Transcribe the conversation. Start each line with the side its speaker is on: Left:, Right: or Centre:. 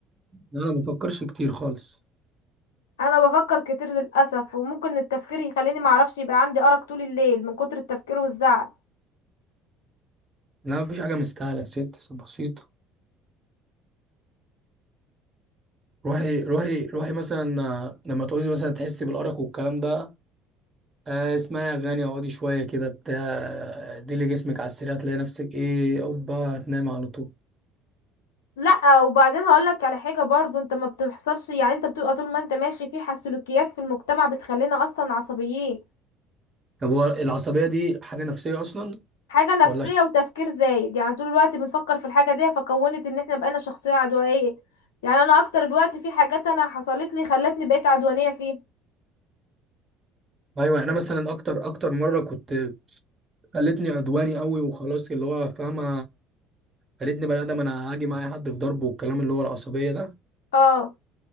Right: أنا ما بفكرش كتير خالص
Left: انا بفكر كتير للأسف وممكن التفكير يخليني معرفش يبقى عندي أرق طول الليل من كتر التفكير والزعل
Right: لا مفيش حاجة مستاهلة ست بسيطة روحي روحي روحي مثلا آه، لما تعوزي مثلا تحسي بالأرق والكلام ده آه، اسمعي أغاني اقعدي شوية كده بتاع آه، ديلي جسمك على السريع هتلاقي نفسك إيه أوبا هتنامي على طول
Left: لا وبعدين هقولك على حاجة برضو انت ما بتحصلش يعني انت بتبقى طول ما انت ماشي في سلوكيات في المجتمع بتخلينا اصلا عصبيين
Right: طب هو العصبية دي حاجة نفسية أصلا
Left: حاجة نفسية
Right: ولا ش-
Left: وتفكير زايد يعني طول الوقت بنفكر في الحاجة دي فكونت ان احنا بقينا شخصية عدوانية يعني انا اكتر الوقت في حاجات انا حصلت لي خلتني بقيت عدوانية فيها
Right: أيوة أنا مثلا أكتر أكتر مرة كنت خلتني عدواني قوي وخلاص اللي هو فاهمة خلتني بني ادم انا هاجي معايا حد في ضربه والكلام اللي هو العصبيه ده
Left: اه